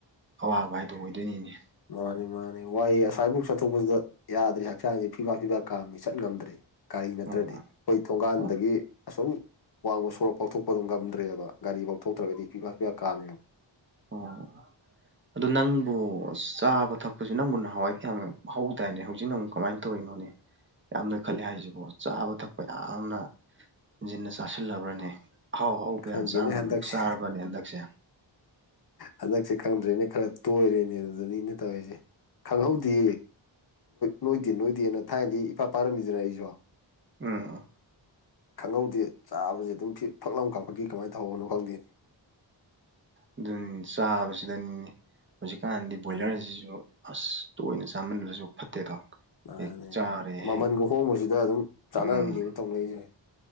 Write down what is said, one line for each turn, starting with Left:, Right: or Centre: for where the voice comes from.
Right: ꯑꯋꯥꯕ ꯍꯥꯏꯗꯣ ꯑꯣꯏꯗꯣꯏꯅꯤꯅꯦ
Left: ꯃꯥꯅꯤ ꯃꯥꯅꯤ ꯋꯥꯏꯍ ꯉꯁꯥꯏꯐꯧꯛ ꯆꯠꯊꯣꯛꯄꯁꯤꯗ ꯌꯥꯗ꯭ꯔꯦ ꯍꯛꯆꯥꯡꯁꯤ ꯐꯤꯐꯥ ꯐꯤꯐꯥ ꯀꯥꯝꯃꯤ ꯆꯠ ꯉꯝꯗ꯭ꯔꯦ ꯒꯥꯔꯤ ꯅꯠꯇ꯭ꯔꯗꯤ
Right: ꯑꯣ
Left: ꯑꯩꯈꯣꯏ ꯊꯣꯡꯒꯥꯟꯗꯒꯤ
Right: ꯑꯣ
Left: ꯑꯁꯣꯝ ꯋꯥꯡꯃ ꯁꯣꯔꯞ ꯐꯥꯎꯊꯣꯛꯄ ꯑꯗꯨꯝ ꯉꯝꯗ꯭ꯔꯦꯕ ꯒꯥꯔꯤ ꯐꯥꯎꯊꯣꯛꯇ꯭ꯔꯒꯗꯤ ꯐꯤꯐꯥ ꯐꯤꯐꯥ ꯀꯥꯝꯃꯦꯕ <unintelligible>
Right: ꯑꯣ ꯑꯗꯨ ꯅꯪꯕꯨ ꯆꯥꯕ ꯊꯛꯄꯁꯨ ꯅꯪꯕꯨ ꯅꯍꯥꯟꯋꯥꯏꯗꯤ ꯌꯥꯝꯅ ꯍꯧꯗꯥꯏꯅꯦ ꯍꯧꯖꯤꯛꯅ ꯑꯃꯨꯛ ꯀꯃꯥꯏꯅ ꯇꯧꯔꯤꯅꯣꯅꯦ ꯌꯥꯝꯅ ꯈꯜꯂꯦ ꯍꯥꯏꯁꯤꯕꯨꯣ ꯆꯥꯕ ꯊꯛꯄ ꯌꯥꯝꯅ ꯍꯦꯟꯖꯤꯟꯅ ꯆꯥꯁꯤꯜꯂꯕ꯭ꯔꯅꯦ ꯑꯍꯥꯎ ꯍꯥꯎꯕ
Left: ꯈꯪꯗꯦꯅꯦ
Right: ꯌꯥꯝ
Left: ꯍꯟꯗꯛꯁꯦ
Right: ꯆꯥꯔꯕꯅꯦ ꯍꯟꯗꯛꯁꯦ
Left: ꯍꯟꯗꯛꯁꯦ ꯈꯪꯝꯗ꯭ꯔꯦꯅꯦ ꯈꯔ ꯇꯣꯏꯔꯦꯅꯦ ꯑꯗꯨꯗꯩꯅꯤꯅꯦ ꯇꯧꯔꯤꯁꯦ ꯈꯪꯍꯧꯗꯦ ꯅꯣꯏꯗꯤ ꯅꯣꯏꯗꯦꯅ ꯊꯥꯏꯅꯗꯤ ꯏꯄꯥ ꯄꯥꯔꯝꯃꯤꯗꯨꯅꯤ ꯑꯩꯁꯨ
Right: ꯎꯝ
Left: ꯈꯪꯍꯧꯗꯦ ꯆꯥꯕꯁꯦ ꯑꯗꯨꯝ ꯐꯤ ꯐꯛꯂꯝ ꯀꯥꯈꯠꯈꯤ ꯀꯃꯥꯏꯅ ꯇꯧꯕꯅꯣ ꯈꯪꯗꯦ
Right: ꯑꯗꯨ ꯆꯥꯕꯁꯤꯗꯅꯤꯅꯦ ꯍꯧꯖꯤꯛꯀꯥꯟꯗꯤ ꯕꯣꯏꯂꯔꯁꯤꯁꯨ
Left: ꯎꯝ
Right: ꯑꯁ ꯇꯣꯏꯅ ꯆꯥꯃꯟꯕꯁꯨ ꯐꯠꯇꯦꯗꯣ
Left: ꯃꯥꯅꯦ
Right: ꯍꯦꯛ ꯆꯥꯔꯦ
Left: ꯃꯃꯜꯒ
Right: ꯍꯦꯛ
Left: ꯍꯣꯡꯕꯁꯤꯗ ꯑꯗꯨꯝ ꯆꯥꯟꯅꯕꯤꯅꯦꯕ
Right: ꯎꯝ
Left: ꯇꯧꯅꯔꯤꯁꯦ